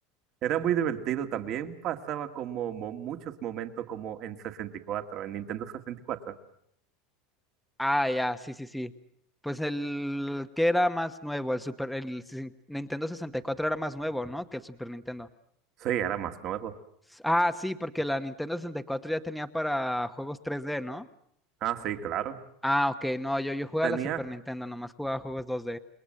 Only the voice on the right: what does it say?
Era muy divertido también, pasaba como mo- muchos momentos como en sesenta y cuatro en Nintendo sesenta y cuatro
Sí, era más nuevo.
Ah, sí, claro.
Tenía...